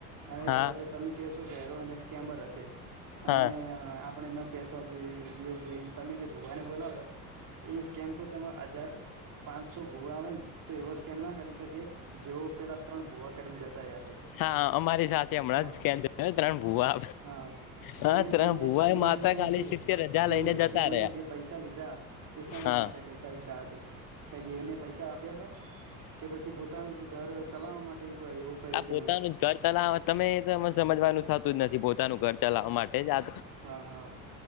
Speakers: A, on the right; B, on the left.
A: અને
B: હા
A: કદાચ તમે કહેશો કે હેરો એને સ્કેમર હશે. અને
B: હા
A: એને આ આપણને એના પેસવા જોઈએ બેેવ જોઈએ તમે જે ભૂવાને બોલાવ્યો એ સ્કેમ તો તમે હજાર પાંચસો ભૂવા આવે ને તો એવો સ્કેમ ના કરી શકે જેઓ પેલા ત્રણ ભૂવા કરીને જતા રહયા છે
B: હા અમારી સાથે હમણાં
A: હા
B: જ સ્કેન થયો ત્રણ ભુવા
A: હા
B: હા
A: અને
B: ત્રણ
A: તમે
B: ભુવા
A: હું
B: એ માત્ર
A: એમ કઉ
B: ખાલી
A: છું
B: સિત્તેર હજાર
A: કે
B: લઈને જતા
A: એમણે
B: રહ્યા
A: જે પૈસા લીધા એ શેના
B: હા
A: માટે પૈસા લીધા હશે કઈ દેવને પૈસા આપ્યા હતા કે પછી પોતાના ઘર ચલાવવા માટે
B: આ
A: તેમણે
B: પોતાનું ઘર ચલાવવા તમે એ જ સમજવાનું થતું જ નથી પોતાનું ઘર ચલાવવા માટે. જ આ
A: હા હા